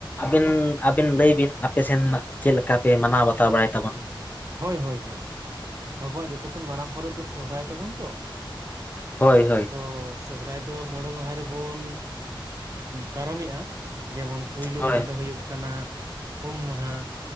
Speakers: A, on the left; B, on the right.
A: ᱟᱵᱤᱱ, ᱟᱵᱤᱱ ᱞᱟᱹᱭ ᱵᱤᱱ, ᱟᱯᱮ ᱥᱮᱱ ᱨᱮᱱᱟᱜ, ᱪᱮᱫ ᱞᱮᱠᱟ ᱯᱮ, ᱢᱟᱱᱟᱣ ᱵᱟᱛᱟᱣ, ᱵᱟᱲᱟᱭ ᱛᱟᱵᱚᱱᱟ ᱾
B: ᱦᱳᱭ, ᱦᱳᱭ ᱦᱳᱭ, ᱟᱵᱚᱣᱟᱜ ᱡᱚᱛᱚ ᱠᱷᱚᱱ, ᱢᱟᱨᱟᱝ ᱯᱚᱨᱚᱵᱽ ᱫᱚ, ᱥᱚᱦᱨᱟᱭ ᱛᱟᱵᱚᱱ ᱛᱚ
A: ᱦᱳᱭ ᱦᱳᱭ,
B: ᱛᱚ,
A: ᱾
B: ᱥᱚᱦᱚᱨᱟᱭ ᱫᱚ, ᱢᱚᱬᱮ ᱢᱟᱦᱟ ᱨᱮᱵᱚᱱ, ᱯᱟᱨᱚᱢᱮᱜᱼᱟ, ᱡᱮᱢᱚᱱ ᱯᱩᱭᱞᱩ
A: ᱦᱳᱭ
B: ᱢᱟᱦᱟ ᱫᱚ, ᱦᱩᱭᱩᱜ ᱠᱟᱱᱟ, ᱩᱢ ᱢᱟᱦᱟ,